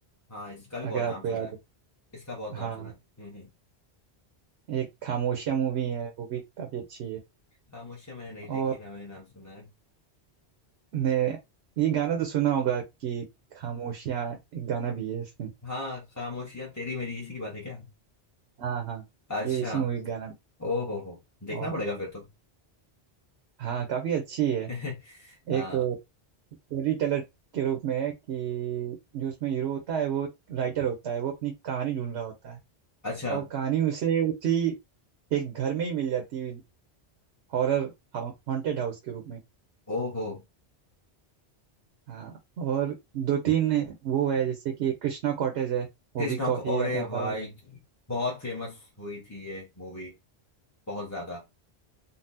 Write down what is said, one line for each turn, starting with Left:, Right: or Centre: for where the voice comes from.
Left: हाँ इसका भी बहुत
Right: अगर
Left: नाम
Right: आपको
Left: सुना
Right: याद
Left: है
Right: हो
Left: इसका बहुत नाम
Right: हाँ
Left: सुना है हम्म हम्म
Right: एक खामोशिया मूवी है वो भी काफ़ी अच्छी है
Left: खामोशियां मैंने नहीं
Right: और
Left: देखी ना मैंने नाम सुना है
Right: ने ये गाना तो सुना होगा कि खामोशियाँ एक गाना भी है इसमें
Left: हाँ खामोशियां तेरी मेरी इसी की बात है क्या
Right: हाँ हाँ
Left: अच्छा
Right: ये उसी मूवी का गाना
Left: ओ हो हो देखना
Right: और
Left: पड़ेगा फिर तो
Right: हाँ काफ़ी अच्छी है
Left: <laughs> हाँ
Right: एक स्टोरी टेलर के रूप में है कि जो उसमें हीरो होता है वो राइटर होता है वो अपनी कहानी ढूंढ रहा होता है
Left: अच्छा
Right: और कहानी उसे उसी एक घर में ही मिल जाती है हॉरर हॉन्टेड हाउस के रूप में
Left: ओ हो
Right: हाँ और दो तीन वो है जैसे कि एक कृष्णा कॉटेज है वो
Left: कृष्णा
Right: भी काफ़ी
Left: को अरे
Right: ज़्यादा
Left: भाई
Right: हॉरर
Left: बहुत फेमस हुई थी ये मूवी बहुत ज्यादा